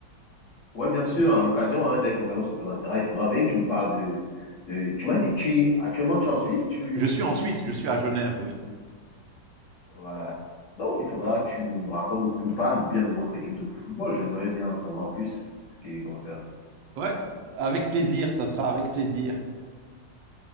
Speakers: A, on the left (about 50°); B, on the right (about 80°).
A: Ouais, bien sûr, à l'occasion, hein, dès que l'occasion se présentera, il faudra bien que tu me parles de, de... Tu m'as dit, tu actuellement tu es en Suisse, tu...
B: Je suis en Suisse, je suis à Genève, oui.
A: Voilà. Donc, il faudra que tu me racontes, tu me parles bien de votre équipe de football. J'aimerais bien en savoir plus en ce qui les concerne.
B: Ouais, avec plaisir, ça sera avec plaisir.